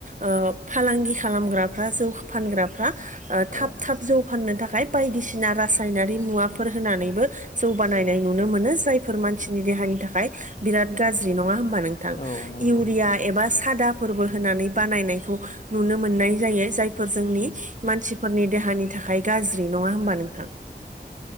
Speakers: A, on the right; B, on the left.
A: ओ फालांगि खालामग्राफ्रा जौ फानग्राफ्रा ओ
B: औ
A: थाब थाब जौ फाननो थाखाय बायदिसिना रासायनारि मुवाफोर होनानैबो जौ बानायनाय नुनो मोनो जायफोर मानसिनि देहानि थाखाय बिराद गाज्रि नङा होनबा नोंथां?
B: औ नंगौ
A: इउरिया
B: नोंथां
A: एबा सादा फोरबो होनानै बानायनायखौ नुनो मोननाय जायो जायफोर जोंनि मानसिफोरनि देहानि थाखाय गाज्रि नङा होनबा नोंथां।